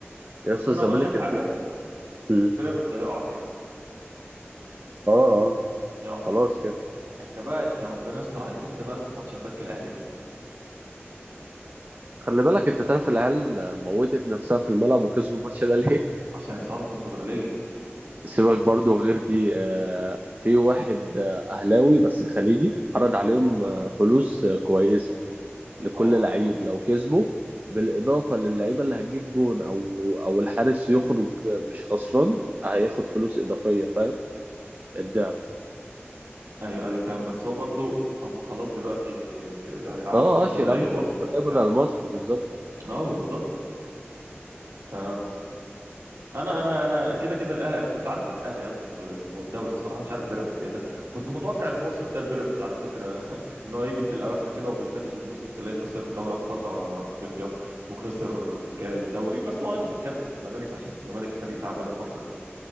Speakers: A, on the right; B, on the right.
A: يا
B: بس
A: اسطى
B: انا
A: الزمالك
B: اقول لك حاجه
A: الد... مم.
B: بيراميدز هيقع تاني
A: اه اه
B: هيقع
A: خلاص
B: تاني
A: كده
B: احنا بقى انت ربنا يستر عليك انت بقى من ماتش البنك الاهلي ده
A: خلي بالك انت تعرف العيال موتت نفسها في الملعب وكسبوا الماتش ده ليه
B: عشان يصعدوا كونفدراليه
A: سيبك برضو غير دي آه، في واحد آه، أهلاوي بس خليجي عرض عليهم
B: اه
A: آه، فلوس آه، كويسة لكل
B: اه
A: لعيب لو كسبه بالإضافة للعيبة اللي هتجيب جون أو أو الحارس يخرج آه، مش خسران هياخد فلوس إضافية فاهم الضعف
B: ايوه ايوه فاهم بس هو برضو هم خلاص دلوقتي هيلعبوا
A: اه
B: كونفدراليه
A: اه يلعبوا كونفدرالية
B: برضه يعني
A: بدل
B: فاهم
A: مصر بالظبط
B: اه بالظبط ف انا انا انا كده كده الاهلي انا كنت عارف ان الاهلي هياخدوا الب- الم- الدوري الصراحه مش عارف بيراميدز ايه ده كنت متوقع الموسم ده البيراميدز على فكره <laughs> ان هو يجي في الاواخر كده وبيفنش الموسم تلاقيه خسر دوري ابطال آه، افريقيا وخسر ك- الدوري بس هو ياخد الكاس من الزمالك عشان الزمالك فريق تعبان الفتره دي